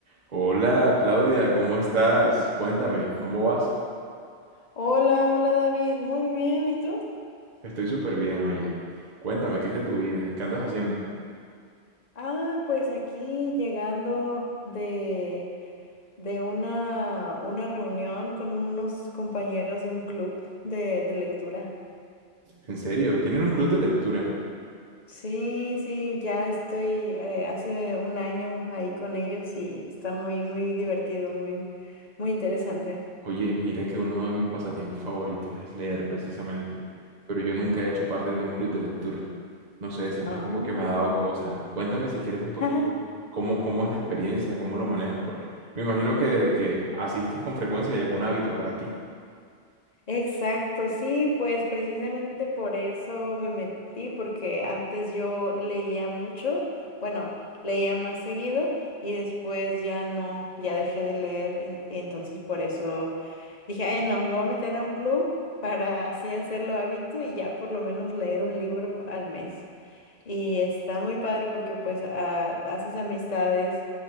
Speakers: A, on the right (about 40°); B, on the left (about 40°).
A: Hola Claudia, ¿cómo estás? Cuéntame, ¿cómo vas?
B: Hola, hola David, muy bien, ¿y tú?
A: Estoy súper bien, oye. Cuéntame, ¿qué es de tu vida? ¿Qué andas haciendo?
B: Ah, pues aquí llegando de, de una, una reunión con unos compañeros de un club de, de lectura.
A: ¿En serio? ¿Tienen un club de lectura?
B: Sí, sí, ya estoy eh, hace un año ahí con ellos y está muy, muy divertido, muy, muy interesante.
A: Oye, mira que uno de mis pasatiempos favoritos es leer precisamente, pero yo nunca he hecho parte de un club de lectura. No sé, siempre
B: Ah.
A: es como que me ha dado cosas. Cuéntame si quieres un poquito,
B: <laughs>
A: ¿cómo, cómo es la experiencia? ¿Cómo lo manejas? Porque me imagino que desde que asistes con frecuencia ya es un hábito para ti.
B: Exacto, sí, pues precisamente por eso me metí, porque antes yo leía mucho, bueno, leía más seguido y después ya no, ya dejé de leer, en- y entonces por eso dije, ay no, me voy a meter a un club para así hacerlo hábito y ya por lo menos leer un libro al mes. Y está muy padre porque pues ah, haces amistades